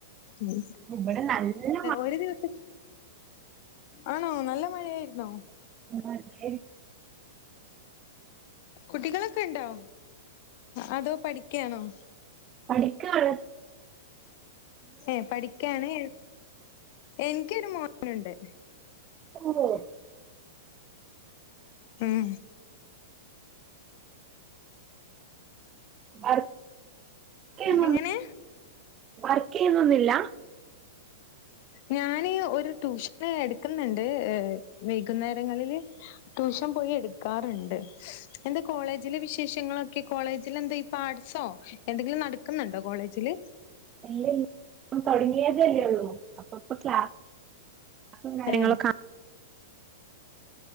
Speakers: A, on the left; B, on the right.
A: ഉം
B: ഇവിടെ നല്ല
A: ഒരു ദിവസം ആണോ നല്ല മഴ ആയിരുന്നോ
B: അതെ
A: കുട്ടികളൊക്കെ ഇണ്ടോ അതോ പഠിക്കയാണോ
B: പടിക്കാണ്
A: ഏ പഠിക്കാണ് എനിക്കൊരു മോനുണ്ട്
B: ഓഹ്
A: ഉം
B: വർക്ക് ചെയ്യുന്നൊ
A: എങ്ങനെ
B: വർക്ക് ചെയ്യുന്നൊന്നുവില്ല
A: ഞാന് ഒരു ട്യൂഷന് എടുക്കുന്നുണ്ട് വൈകുന്നേരങ്ങളില് ട്യൂ ഷൻ പോയി എടുക്കാറുണ്ട് എന്താ കോളേജിലെ വിശേഷങ്ങളൊ കോളേജിൽ എന്താ ഇപ്പൊ ആഡ്സോ എന്തെങ്കിലും നടക്കുന്നുണ്ടോ കോളേജില്
B: ഇല്ല ഇല്ല തുടങ്ങിയ ല്ലേയുള്ളൂ അപ്പൊ ക്ലാസും കാര്യങ്ങളൊക്കെ
A: ഏ